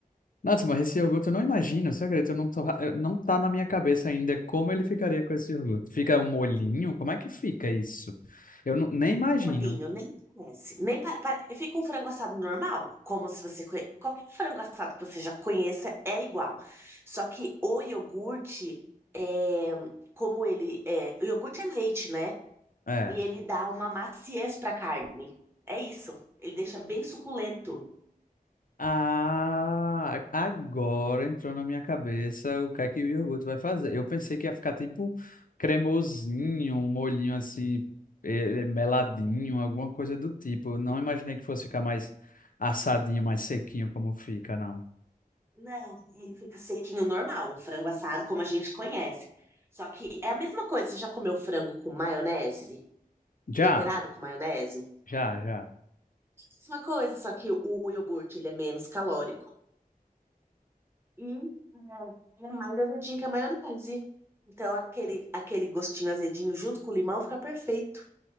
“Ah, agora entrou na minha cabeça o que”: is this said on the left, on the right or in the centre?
Left